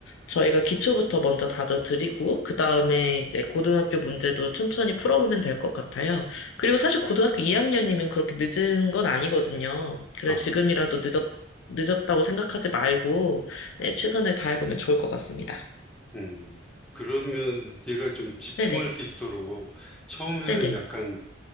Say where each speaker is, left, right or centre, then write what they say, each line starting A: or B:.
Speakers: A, on the left (about 80°); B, in the centre.
A: 저희가 기초부터 먼저 다져드리고, 그 다음에 이제 고등학교 문제도 천천히 풀어보면 될 것 같아요. 그리고 사실 고등학교 2학년이면 그렇게 늦은 건 아니거든요. 그래,
B: 아.
A: 지금이라도 늦었, 늦었다고 생각하지 말고, 네, 최선을 다해보면 좋을 것 같습니다.
B: 음, 그러면 얘가 좀 집중할
A: 네네.
B: 수 있도록 처음에는
A: 네네.
B: 약간